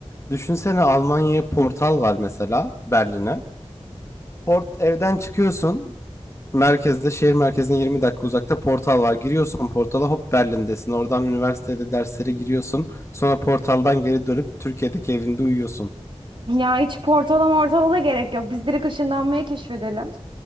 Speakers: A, on the left; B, on the right.
A: Düşünsene Almanya'ya portal var mesela Berlin'e. Port evden çıkıyorsun, Merkezde şehir merkezine 20 dakika uzakta portal var. Giriyorsun portala hop Berlin'desin. Oradan üniversitede derslere giriyorsun. Sonra portaldan geri dönüp Türkiye'deki evinde uyuyorsun.
B: Ya hiç portala mortala da gerek yok. Biz direkt ışınlanmayı keşfedelim.